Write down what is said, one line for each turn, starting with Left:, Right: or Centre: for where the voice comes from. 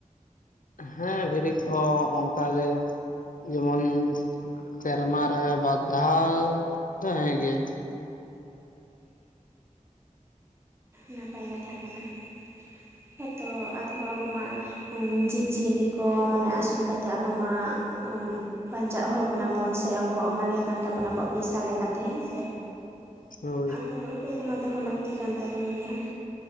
Left: ᱦᱮᱸ ᱵᱷᱤᱲᱤ ᱠᱚᱦᱚᱸ ᱚᱱᱠᱟ ᱜᱮ ᱡᱮᱢᱚᱱ ᱥᱮᱨᱢᱟ ᱨᱮ ᱵᱟᱨ ᱫᱷᱟᱣ ᱫᱚ ᱦᱮᱸ ᱜᱮ ᱾
Right: ᱱᱟᱯᱟᱭ ᱠᱟᱛᱷᱟ ᱠᱟᱱᱟ ᱾ ᱦᱮᱸᱛᱚ ᱟᱫᱚ ᱟᱵᱚ ᱢᱟ ᱡᱤᱵ ᱡᱤᱭᱟᱹᱞᱤ ᱠᱚ ᱢᱟᱱᱮ ᱟᱹᱥᱩᱞ ᱠᱟᱛᱮᱫ ᱟᱵᱚ ᱢᱟ <unintelligible> ᱵᱟᱧᱪᱟᱜ ᱦᱚᱲ ᱠᱟᱱᱟ ᱵᱚᱱ ᱥᱮ ᱟᱵᱚᱣᱟᱜ ᱚᱱᱟᱜᱮ ᱠᱟᱱ ᱛᱟᱵᱚᱱᱟ ᱟᱵᱚᱣᱟᱜ ᱯᱮᱥᱟ ᱞᱮᱠᱟᱛᱮ ᱦᱮᱸᱥᱮ ᱾
Left: ᱦᱳᱭ
Right: ᱟᱫᱚ ᱩᱱᱠᱩ ᱠᱚᱢᱟ ᱫᱚᱦᱚ ᱞᱟᱹᱠᱛᱤ ᱠᱟᱱ ᱛᱟᱵᱚᱱ ᱜᱮᱭᱟ ᱾